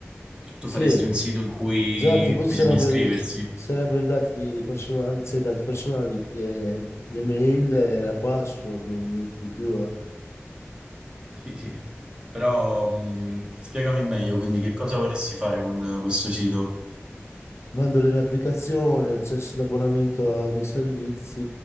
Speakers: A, on the right; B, on the left.
A: tu
B: Sì,
A: faresti un sito in cui
B: esatto. Poi
A: bisogna
B: ci sarebbero,
A: iscriversi.
B: i ci sarebbero i dati, di, dei personali, cioè, i dati personali, eh, le mail, eh, la password, non- niente di più. eh.
A: Sì, sì. Però mh, spiegami meglio, quindi che cosa vorresti fare con eh, questo sito?
B: Mando le mie applicazioni, accesso l'abbonamento ai miei servizi.